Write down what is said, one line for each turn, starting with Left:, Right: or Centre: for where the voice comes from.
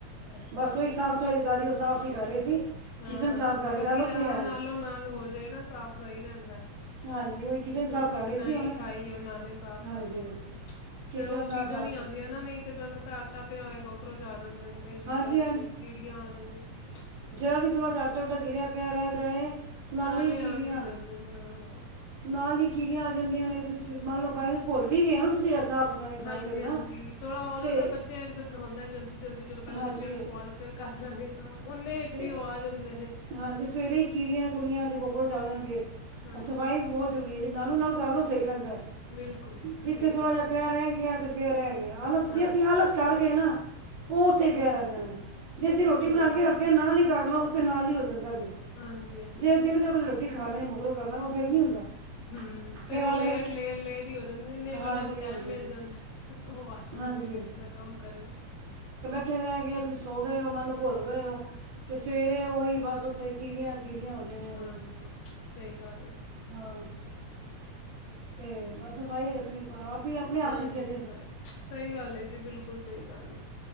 Left: ਅੱਛਾ
Right: ਬਸ
Left: ਅੱਛਾ
Right: ਉਹੀ ਸਾਫ਼- ਸਫਾਈ ਦੀ ਗੱਲ ਹੀ। ਉਹ ਸਾਫ਼ ਹੀ ਕਰ ਰਹੇ ਸੀ।
Left: ਹਾਂ
Right: ਕਿਚਨ ਸਾਫ਼ ਕਰ
Left: ਵਧੀਆ।
Right: ਗੱਲ ਉੱਥੇ
Left: ਹਾਂ
Right: ਆ
Left: ਨਾਲੋਂ- ਨਾਲ ਹੋ ਜਾਏ ਨਾ। ਸਾਫ਼ ਸਹੀ ਰਹਿੰਦਾ।
Right: ਹਾਂਜੀ, ਉਹੀ। ਕਿਚਨ ਸਾਫ਼
Left: ਰੋਟੀ
Right: ਕਰ
Left: ਬਣਾਈ
Right: ਰਹੇ ਸੀ ਹੁਣੇ
Left: ਖਾਈ। ਉਹ ਨਾਲੇ ਸਾਫ਼
Right: ਹਾਂਜੀ
Left: ਕਰਲੋ। ਫੇਰ
Right: ਕਿਚਨ
Left: ਉਹ
Right: ਦਾ
Left: ਚੀਜ਼ਾਂ
Right: ਸਾਫ਼
Left: ਨੀ ਆਉਂਦੀਆਂ ਨਾ। ਨਹੀਂ ਤੇ ਤੁਹਾਨੂੰ ਪਤਾ ਆਟਾ ਪਿਆ ਹੋਏਗਾ। ਕਾਕਰੋਚ ਆ ਜਾਂਦੇ ਨੇ। ਕਈ ਚੀਜ਼ਾਂ
Right: ਹਾਂਜੀ
Left: ਆ ਜਾਂਦੀਆਂ। ਕੀੜੀਆਂ ਆ ਜਾਂਦੀਆਂ ਹਨ।
Right: ਜਿਹੜਾ ਵੀ ਥੋੜਾ ਜਿਹਾ, ਆਟਾ- ਉਟਾ ਗਿਰਿਆ ਪਿਆ ਰਹਿ ਜਾਏ।
Left: ਨਾਲੇ
Right: ਹੀ ਕੀੜੀਆਂ
Left: ਆਉਣ ਦੀ ਕਰਦੇ ਨੇ, ਹਾਂ।
Right: ਨਾਲ ਹੀ, ਕੀੜੀਆਂ ਆ ਜਾਂਦੀਆਂ ਨੇ। ਤੁਸੀਂ ਮੰਨ ਲਓ ਭੁੱਲ ਵੀ ਗਏ ਹੋ, ਤੁਸੀਂ ਸਾਫ਼ ਸਫਾਈ
Left: ਹਾਂਜੀ-
Right: ਕਰਨਾ
Left: ਹਾਂਜੀ ਥੋੜਾ ਹੋ ਜਾਂਦਾ,
Right: ਤੇ
Left: ਬੱਚਿਆਂ ਚ ਹੁੰਦਾ ਜਲਦੀ- ਜਲਦੀ ਚਲੋ ਪਹਿਲਾਂ
Right: ਹਾਂਜੀ
Left: ਬੱਚਿਆਂ ਨੂੰ, ਖੁਵਾ ਲਓ। ਫੇਰ ਕਰ ਲਾਂਗੇ ਸਾਫ। ਓਨੇ ਵਿੱਚ
Right: ਤੇ
Left: ਹੀ ਉਹ ਆ ਜਾਂਦੇ ਨੇ।
Right: ਹਾਂਜੀ ਸਵੇਰੇ ਹੀ ਕੀੜੀਆਂ- ਕੁੜੀਆਂ ਤੇ ਕੋਕਰੋਚ ਆ ਜਾਣਗੇ।
Left: ਹਾਂਜੀ
Right: ਹੁਣ ਸਫਾਈ ਵੀ ਬਹੁਤ ਜ਼ਰੂਰੀ ਹੈ। ਜੇ ਨਾਲੋਂ- ਨਾਲ ਕਰ ਲਓ। ਸਹੀ ਰਹਿੰਦਾ
Left: ਬਿਲਕੁਲ
Right: ਜਿੱਥੇ
Left: ਸਹੀ
Right: ਥੋੜਾ
Left: ਗੱਲ
Right: ਜਿਹਾ ਪਿਆ
Left: ਏ
Right: ਰਹਿ ਗਿਆ। ਤੇ ਪਿਆ ਰਹਿ ਗਿਆ। ਆਲਸ ਜੇ
Left: ਹਾਂਜੀ
Right: ਅਸੀਂ ਆਲਸ ਕਰ ਗਏ ਨਾ। ਉਹ ਉੱਥੇ ਪਿਆ ਰਿਹ ਜਾਣਾ। ਜੇ ਅਸੀਂ ਰੋਟੀ
Left: ਸਹੀ
Right: ਬਣਾ ਕੇ
Left: ਗੱਲ
Right: ਹੱਟਿਆ। ਨਾਲ ਹੀ ਕਰ ਲਓ, ਤਾਂ ਨਾਲ ਹੀ ਹੋ ਜਾਂਦਾ ਜੇ,
Left: ਹਾਂਜੀ-ਹਾਂਜੀ
Right: ਜੇ ਅਸੀਂ ਉਹਦੇ ਬਲੇ ਰੋਟੀ ਰੋਟੀ ਖਾ ਲੈਣੇ, ਮਗਰੋਂ ਕਰਨਾ ਫੇਰ ਨਹੀਂ ਹੁੰਦਾ।
Left: ਹੂੰ,
Right: ਫਿਰ
Left: ਫੇਰ ਉਹ
Right: ਆਲੋ
Left: ਲੇਟ,
Right: ਫਿਰ
Left: ਲੇਟ, ਲੇਟ ਹੀ ਹੋ ਜਾਂਦੀ ਇੰਨੇ
Right: ਹਾਂਜੀ
Left: ਚੱ ਉਹਨਾ ਨੂੰ ਟਾਇਮ
Right: ਹਾਂਜੀ
Left: ਮਿਲ ਜਾਂਦਾ ਏ। ਉਹ ਹਸਣ
Right: ਹਾਂਜੀ
Left: ਦੇਏ ਨੇ। ਵੇ ਆਪਣਾ ਕੰਮ ਕਰਨ।
Right: ਉਥੇ ਰਹਿ ਗਿਆ। ਤੁਸੀਂ ਸੋ ਗਏ ਹੋ, ਮੰਨ ਲਓ ਭੁੱਲ ਗਏ ਹੋ, ਤੇ ਸਵੇਰੇ ਉਹੀ ਬਸ ਉੱਥੇ ਕੀੜੀਆਂ- ਕੀੜੀਆਂ ਹੋ- ਜਾਣੀਆਂ
Left: ਹਾਂਜੀ,
Right: ਜੇ
Left: ਸਹੀ ਗੱਲ ਹੈ।
Right: ਹਾਂ, ਤੇ ਬਸ ਸਫਾਈ ਰੱਖਣੀ ਆਪ। ਹੀ ਆਪਣੇ ਹੱਥ
Left: ਹਾਂਜੀ,
Right: ਚ ਹੈ ਜੇ
Left: ਸਫਾਈ ਸਹੀ ਗੱਲ ਹੈ, ਜੀ ਬਿਲਕੁਲ ਸਹੀ ਗੱਲ ਹੈ।